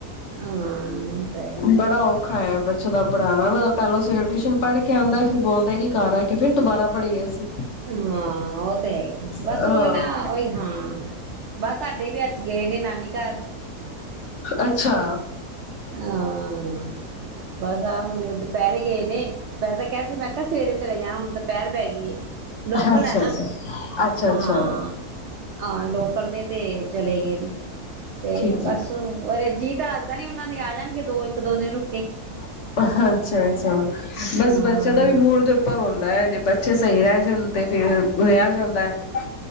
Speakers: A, on the right; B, on the left.
A: ਹਾਂ ਤਾਂ
B: ਬੜਾ ਔਖਾ ਹੈ ਬੱਚੇ ਦਾ ਪੜ੍ਹਾਉਣਾ ਨਾ ਪਹਿਲਾਂ ਸਵੇਰੇ ਟਿਊਸ਼ਨ ਪੜ੍ਹ ਕੇ ਆਉਂਦਾ ਫੇਰ ਬੋਲਦਾ ਕਿ ਘਰ ਆ ਕੇ ਫਿਰ ਦੁਬਾਰਾ ਪੜੀਏ ਅਸੀਂ
A: ਹਾਂ ਉਹ ਤੇ ਹੈ ਹੀ ਬਸ
B: ਹਾਂ
A: ਉਹ ਨਾ ਹੀ ਹਾਂ ਬਸ ਸਾਡੇ ਵੀ ਅੱਜ ਗਏ ਨੇ ਨਾਨੀ ਘਰ
B: ਅੱਛਾ।
A: ਹਾਂ ਬਸ ਆਹ ਹੁਣਏ ਦੁਪਹਿਰੇ ਗਏ ਨੇ ਮੈ ਤਾਂ ਕਿਹਾ ਸੀ ਮੈਂ ਕਿਹਾ ਸਵੇਰੇ ਚਲੇ ਜਾਣਾ ਹੁਣ ਤਾਂ ਪਹਿਰ ਪੈ ਗਈ ਏ ਲੋਕਲ
B: ਅੱਛਾ
A: ਹੈ ਨਾ
B: ਅੱਛਾ ਅੱਛਾ
A: ਹਾਂ
B: ਅੱਛਾ
A: ਹਾਂ ਲੋਕਲ ਨੇ ਤੇ ਚਲੇ ਗਏ ਨੇ ਤੇ
B: ਠੀਕ
A: ਬਸ ਅਰੇਜੀਅ ਤਾਂ <unintelligible> ਇਹਨਾਂ ਦੇ ਆ ਜਾਣਗੇ ਦੋ ਇੱਕ ਦੋ ਦਿਨ ਰੁਕ ਕੇ
B: ਹੈ ਅੱਛਾ ਅੱਛਾ
A: ਹਾਂ।
B: ਬਸ ਬੱਚੇ ਦਾ ਵੀ ਮੂਡ ਦੇ ਉੱਪਰ ਹੁੰਦਾ ਹੈ ਜੇ ਬੱਚੇ ਸਹੀ ਰਹਿ ਜਾਂਣ ਤੇ ਫੇਿਰ ਰਿਹਾ ਜਾਂਦਾ ਹੈ